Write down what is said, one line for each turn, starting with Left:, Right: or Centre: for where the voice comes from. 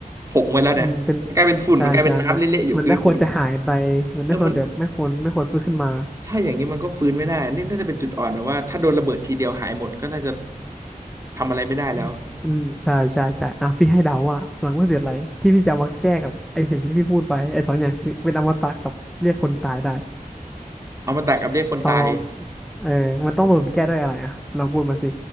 Right: ผงไปแล้วเนี่ยมันกลายเป็นฝุ่นมันกลายเป็นน้ำเละๆอยู่คือผม
Centre: อืมเป็นใช่ใช่มันมันไม่ควรจะหายไปมันไม่ควรจะไม่ควรไม่ควรฟื้นขึ้นมา
Right: เออมันใช่อย่างนี้มันก็ฟื้นไม่ได้นี่น่าจะเป็นจุดอ่อนนะว่าถ้าโดนระเบิดทีเดียวหายหมดก็น่าจะทำอะไรไม่ได้แล้ว
Centre: อืมอืมใช่ใช่ใช่อ่ะพี่ให้เดาว่าหลังว่าเสียอะไรที่พี่จะเอามาแก้กับไอ้สิ่งที่พี่พูดไปไอ้สองอย่างคือเป็นอมตะกับเรียกคนตายได้
Right: อมตะกับเรียกคนตาย
Centre: ลองลองเออมันต้องโดนแก้ด้วยอะไรอ่ะลองพูดมาสิ
Right: อืม